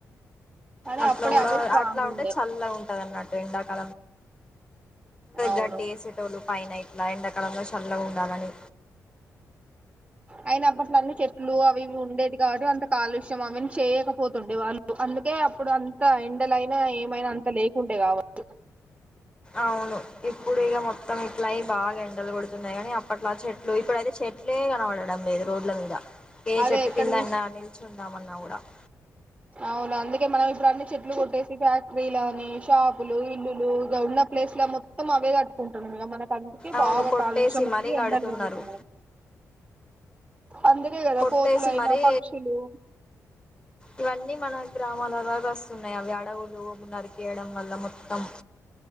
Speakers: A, on the right; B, on the left.
A: కానీ
B: అట్లా
A: అప్పుడే
B: కూడా
A: అవే స్ట్రాంగ్
B: అట్లా
A: ఉండే
B: ఉంటే చల్ల ఉంటది అన్నట్ెండ్ క
A: అవును
B: గడ్డటలు పైన ఇట్లా ఎండ కాలంలో చల్ల ఉండాలని
A: అయిన అప్పట్ల అన్నీ చెట్లు అవి ఇ ఉండేది కాబట్టి అంత కాలుష్యం అవన్నీ చేయకపోతుండే వాళ్ళు అందుకే అప్పుడు అంత ఎండలైనా ఏమైనా అంత లేకుండే కావుచూ
B: అవును ఇప్పుడు ఇగ మొత్తం ఇట్లా అయి బాగా ఎండలు గొడుతున్నాయి కానీ అప్పట్లా చెట్లు ఇప్పుడ అయితే చెట్లు చెట్లేలే కనపడడం లేదు రోడ్ల మీద ఏ
A: అదే
B: చెట్టు
A: ఎక్కడ
B: కింద
A: చూ
B: అన్న నిచుందాంమన్నా కూడా అ
A: అవును అందుకే మనం ఇప్పుడు అన్ని చెట్లు కొట్టేసి ఫ్యాక్టరీల ని షాపులు ఇల్లులు ఇగ ఉన్న ప్లేస్ లో మొత్తం అవే కట్టుకుంటున్నా మనం అందుకే
B: అవును
A: బాగా
B: కొట్టేసి
A: కాలుష్యం
B: మరీ
A: అయ్యి
B: కడుతున్నారు
A: ఎండలు పెరుగుతున్నాయి అందుకే కదా
B: కొట్టేసి
A: కోతులైనా
B: మరి
A: పక్షులు
B: ఇవన్నీ మన గ్రామం మలగా వస్తున్నాయి అవి అడవులు నరికేయడం వల్ల మొత్తం